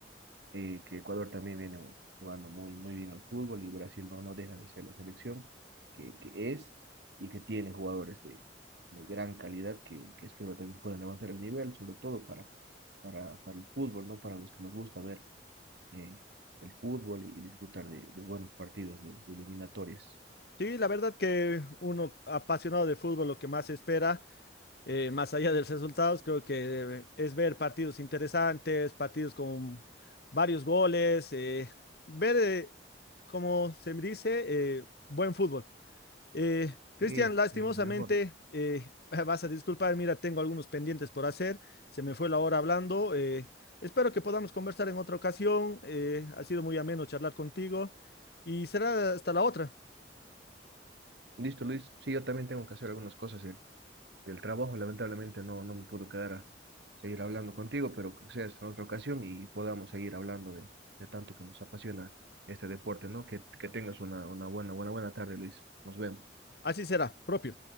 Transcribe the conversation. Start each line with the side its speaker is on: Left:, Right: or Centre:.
Right: eh, que Ecuador también viene jugando muy, muy bien al fútbol y Brasil no, no deja de ser la selección que, que es y que tiene jugadores de, de gran calidad que, que espero también puedan levantar el nivel, sobre todo para, para, para el fútbol, ¿no? Para los que nos gusta ver eh, el fútbol y, y disfrutar de, de buenos partidos, de, de eliminatorias.
Left: Sí, la verdad que uno apasionado de fútbol lo que más espera eh, más allá de los resultados, creo que es ver partidos interesantes, partidos con varios goles, eh, ver, eh, como se dice, eh, buen fútbol. Eh, Cristian,
Right: Sí,
Left: lastimosamente,
Right: es lo mejor.
Left: eh, <laughs> vas a disculpar, mira, tengo algunos pendientes por hacer, se me fue la hora hablando. eh, espero que podamos conversar en otra ocasión, eh, ha sido muy ameno charlar contigo y será hasta la otra,
Right: Listo, Luis. Sí, yo también tengo que hacer algunas cosas del, del trabajo. Lamentablemente no, no me puedo quedar a seguir hablando contigo, pero que sea en otra ocasión y podamos seguir hablando de, de tanto que nos apasiona este deporte, ¿no? Que, que tengas una, una buena, buena, buena tarde, Luis. Nos vemos.
Left: así será, propio.